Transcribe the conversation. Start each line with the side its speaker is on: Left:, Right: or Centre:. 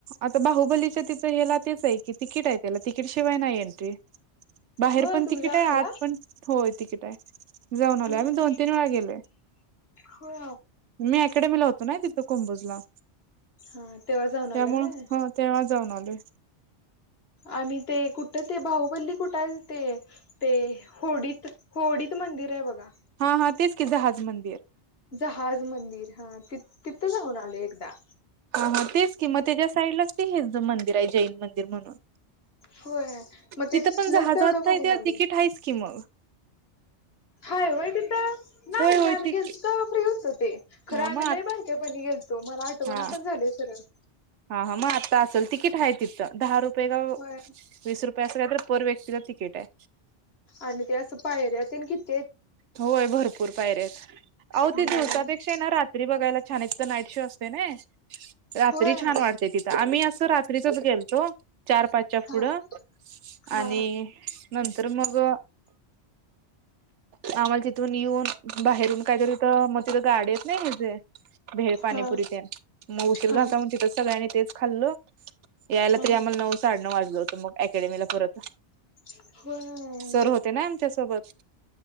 Right: आता बाहुबलीच्या तिथं हेला तेच आहे तिकीट आहे त्याला तिकीट शिवाय नाही एंट्री बाहेर
Left: होय
Right: पण
Left: तुम्ही
Right: तिकीट
Left: जाऊन
Right: आहे
Left: आला
Right: आज पण होय तिकीट आहे जाऊन आलोय
Left: होय
Right: आम्ही दोन तीन वेळा गेलोय
Left: होय
Right: मी अकेडेमीला होतो ना तिथ कुंबजला
Left: हा तेव्हा जाऊन
Right: त्यामुळं
Left: आलाय व्हय
Right: तेव्हा जाऊन आलोय
Left: आम्ही ते कुठ ते बाहुबल्ली कुठ ते ते होडीत होडीत मंदिर आहे बघा
Right: हा हा तेच की जहाज मंदिर
Left: जहाज मंदिर हा ती तिथं जाऊन आले एकदा
Right: ह तेच किं मग त्याच्या साईडलाच तेज मंदिर आहे जैन मंदिर म्हणून
Left: होय मग ते
Right: तिथं
Left: तिथलंच
Right: पण जहाजात
Left: तेवढं बघून
Right: आहे तेव्हा
Left: आलोय
Right: तिकीट आहेच की मग
Left: हाय होयतीता नाही
Right: होय होय
Left: आम्ही
Right: तिक
Left: गेलतो तर फ्री होतो ते खरं
Right: हा मग
Left: आम्ही लय बारक्या पण गेलतो मला आठवण
Right: हा
Left: पण झाली <unintelligible>
Right: हा हा मग आता असल तिकीट आहे तिथं दहा रुपये का
Left: होय
Right: वीस रुपये अस काही तरी पर व्यक्तीला तिकीट आहे
Left: आणि ते असं पायर्या <unintelligible>
Right: होय भरपूर पायऱ्या आहेत आओ
Left: हम्म
Right: दिवसापेक्षा ना रात्री बघायला छान हे <unintelligible> नाईट शो असते ना रात्री
Left: होय
Right: छान वाटते तिथं आम्ही असं रात्रीतच गेलतो चार पाचच्या
Left: हा
Right: पुढं
Left: हा
Right: आणि नंतर मग आम्हाला तिथून येऊन बाहेरून काहीतरी म तिथ गाड्या आहेत ना <inaudible> भेळ पाणीपुरी
Left: हा
Right: तेन मग उशीर
Left: हा
Right: झालता म्हणून तिथंच सगळ्यांनी तेच खाल्लं यायला
Left: हा
Right: तरी आम्हाला नऊ साडेनऊ वाजलं होतं मग अकेडमीला परत
Left: ह <unintelligible>
Right: तर होते ना आमच्यासोबत